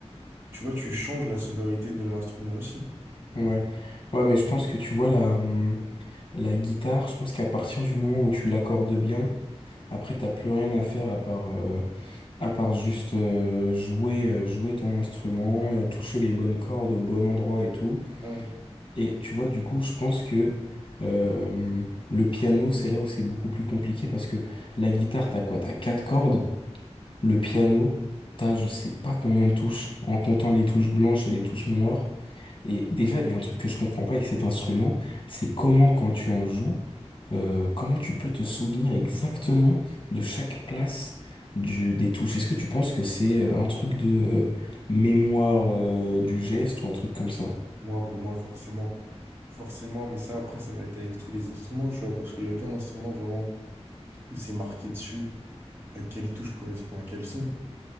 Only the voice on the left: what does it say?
ouais. Ouais, mais je pense que tu vois la, hum, la guitare, je pense qu'à partir du moment où tu l'accordes bien, après t'as plus rien à faire à part, euh, à part juste euh, jouer, euh, jouer ton instrument, euh, toucher les bonnes cordes au bon endroit et tout.
Et tu vois, du coup, je pense que euh, le piano, c'est là où c'est beaucoup plus compliqué parce que la guitare, t'as quoi? T'as quatre cordes. Le piano, t'as je sais pas combien de touches en comptant les touches blanches et les touches noires. Et déjà, il y a un truc que je comprends pas avec cet instrument, c'est comment quand tu en joues, euh, comment tu peux te souvenir exactement de chaque place du, des touches. Est-ce que tu penses que c'est euh, un truc de euh, mémoire euh, du geste ou un truc comme ça?